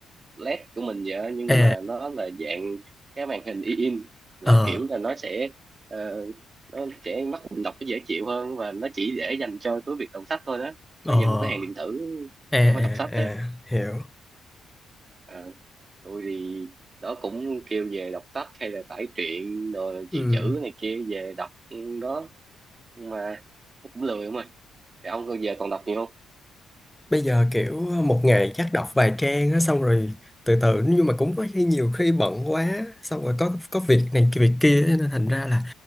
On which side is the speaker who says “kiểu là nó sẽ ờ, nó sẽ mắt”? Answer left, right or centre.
Right